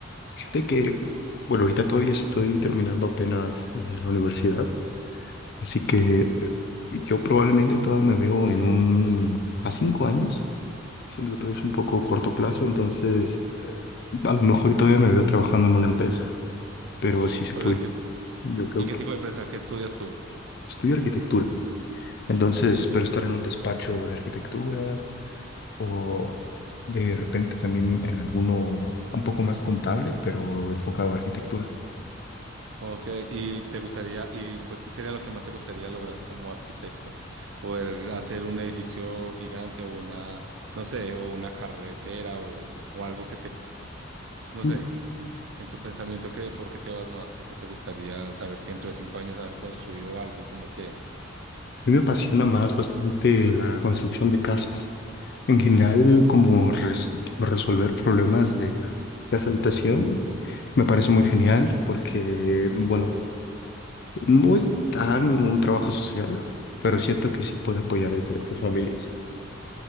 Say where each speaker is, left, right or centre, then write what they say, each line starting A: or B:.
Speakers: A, on the left (about 50°); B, on the right (about 65°).
A: fíjate que, bueno, ahorita todavía estoy terminando apenas eh, la universidad, así que
B: Sí.
A: eh, yo probablemente todavía me veo en un, a 5 años. Siento que todavía es un poco corto plazo, entonces eh, a lo mejor y todavía me veo trabajando en una empresa, pero sí se
B: Pero
A: puede.
B: ¿en qué,
A: Yo creo
B: en qué
A: que
B: tipo de empresa? ¿Qué estudias tú?
A: estudio arquitectura. Entonces, espero estar en un despacho de arquitectura o de repente también en alguno un poco más contable, pero enfocado a arquitectura.
B: Ok, y te gustaría, y pues, ¿qué sería lo que más te gustaría lograr como arquitecto? ¿Poder hacer un edificio gigante o una, no sé, o una carretera o, o algo que te, no
A: Mm.
B: sé, en tu pensamiento, que, ¿por qué te vas más? ¿O qué te gustaría saber que dentro de cinco años haber construido algo como que,
A: A mí me apasiona más bastante la construcción de casas. En general,
B: sí.
A: como res- resolver problemas de casa habitación me parece muy genial porque, bueno, no es tan un trabajo social, pero siento que sí puede apoyar a diferentes familias.